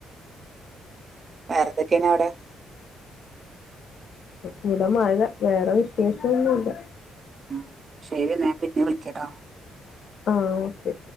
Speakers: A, on the right; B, on the left.
A: വേറെന്തൊക്കെയാണ് അവിടെ
B: ഇവിടെ മഴ വേറെ വിശേഷൊന്നുമില്ല.
A: ഉം ശരിന്നാ ഞാൻ പിന്നെ വിളിക്കട്ടോ?
B: ആ ഓക്കെ.